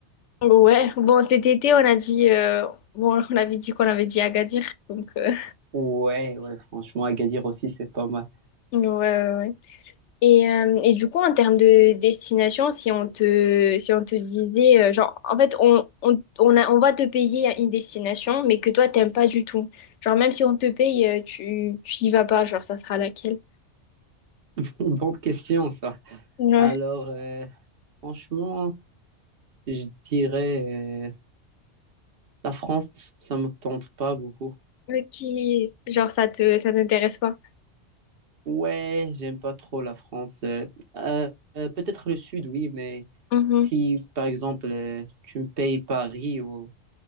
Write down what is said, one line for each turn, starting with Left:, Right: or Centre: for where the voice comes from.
Left: Ouais, bon, cet été, on a dit, euh, bon, on avait dit qu'on avait dit Agadir, donc, euh,
Right: Ouais, ouais, franchement, Agadir aussi, c'est pas mal.
Left: <laughs> ouais, ouais, ouais. Et, euh, et du coup, en termes de destination, si on te, si on te disait, euh, genre, en fait, on, on, on a, on va te payer une destination, mais que toi, t'aimes pas du tout. Genre, même si on te paye, euh, tu, tu y vas pas, genre, ça sera laquelle?
Right: <laughs> Bonne question, ça.
Left: Ouais.
Right: Alors, euh, franchement, je dirais euh, la France, ça me tente pas beaucoup.
Left: Ok, genre, ça te, ça t'intéresse pas?
Right: Ouais, j'aime pas trop la France. Euh, euh, euh, peut-être le Sud, oui, mais
Left: Mhm.
Right: si, par exemple, euh, tu me payes Paris ou,